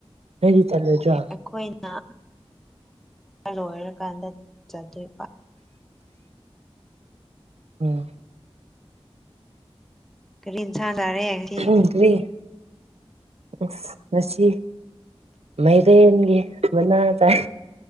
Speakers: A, on the right (about 75°); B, in the centre.
A: ꯅꯪꯗꯤ ꯆꯠꯂꯣꯏꯗ꯭ꯔꯣ
B: ꯑꯩꯈꯣꯏꯅ ꯂꯣꯏꯔꯀꯥꯟꯗ ꯆꯠꯇ‌ꯣꯏꯕ
A: ꯎꯝ
B: ꯀꯔꯤ ꯏꯟꯁꯥꯡ ꯆꯥꯔꯦ ꯉꯁꯤ
A: ꯁꯧꯒ꯭ꯔꯤ ꯑꯁ ꯉꯁꯤ ꯃꯥꯏꯔꯦꯟꯒꯤ ꯃꯅꯥ ꯆꯥꯏ